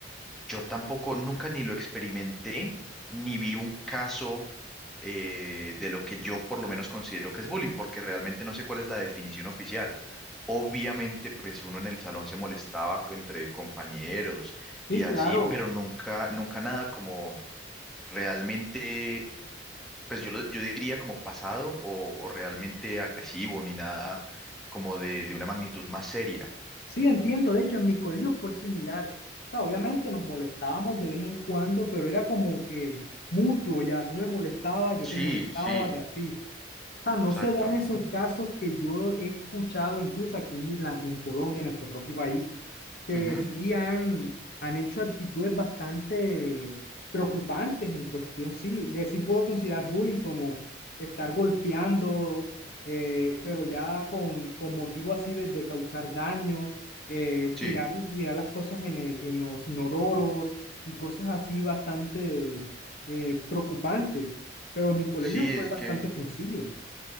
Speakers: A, in the centre; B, on the left.
A: yo tampoco, nunca ni lo experimenté, ni vi un caso eh, de lo que yo por lo menos considero que es bullying, porque realmente no sé cuál es la definición oficial. Obviamente, pues uno en el salón se molestaba entre compañeros y
B: Sí, claro.
A: así, pero nunca, nunca nada como realmente, pues yo, lo- yo diría como pasado o, o realmente agresivo, ni nada como de, de una magnitud más seria.
B: Sí, entiendo. De hecho, en mi colegio fue similar. O sea, obviamente nos molestábamos de vez en cuando, pero era como que mutuo ya. Tú me molestabas, yo
A: Sí,
B: te molestaba
A: sí,
B: y así sea, no
A: exacto.
B: se dan
A: ujú,
B: esos casos que yo he escuchado, incluso aquí en, mi- la- en Colombia, en nuestro propio país, que
A: ujú,
B: sí han, han hecho actitudes bastante preocupantes en cuestión, sí, que sí puedo considerar bullying como estar golpeando, eh, pero ya con, con motivo así de, de causar daño, eh,
A: Sí,
B: tirar, tirar las cosas en el, en los inodoros y cosas así bastante eh, preocupantes. Pero en mi colegio
A: sí, es
B: fue bastante
A: que...
B: sencillo.